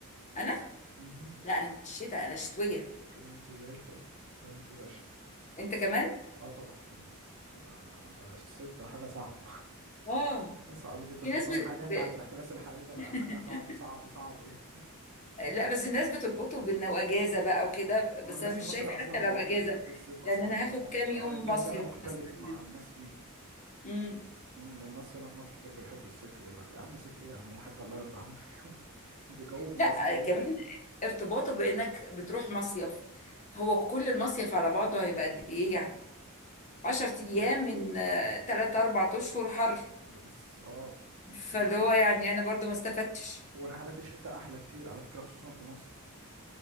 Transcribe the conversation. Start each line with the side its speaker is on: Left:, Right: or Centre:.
Left: أنا
Right: مهم.
Left: لا أنا الشتاء أنا الشتوية
Right: كلامتي زي الفل كلامتي باشا
Left: أنت كمان
Right: اه طبعا لا انا ده الصيف ده حاجه صعب
Left: اه
Right: <laughs> صعب جدا
Left: في
Right: خصوصا
Left: ناس ب...
Right: حاليا بعد
Left: ب...
Right: الاحتباس الحراري ده بقى
Left: <laughs>
Right: حاجه صعب صعب صعب ايه
Left: لا بس الناس بتربطه بأنه أجازة بقى وكده بس
Right: هو الناس
Left: أنا مش
Right: في مصر
Left: شايفة حتى
Right: اصلا كلها
Left: لو أجازة
Right: بتحب الصيف اصلا
Left: لأن أنا
Right: ما
Left: هاخد
Right: ده,
Left: كام
Right: ده
Left: يوم
Right: آه، يمكن
Left: مصيف
Right: ده انا مختلف
Left: مثلا يعني.
Right: مع الناس فيه
Left: امم
Right: أمم، الناس هنا في مصر كله يحب الصيف يقول لك يا عم صيف ايه يا عم الحاج الله يرضى عنك <laughs> ده جو بيبقى
Left: لا
Right: صعب قوي
Left: كمان ارتباطه بانك بتروح مصيف هو كل المصيف على بعضه هيبقى قد ايه يعني عشر ايام من آه، تلات اربع اشهر حر
Right: بتس اه
Left: فاللي
Right: لا
Left: هو يعني انا برضو ما استفدتش
Right: ورحلات الشتاء احلى كتير على فكره خصوصا في مصر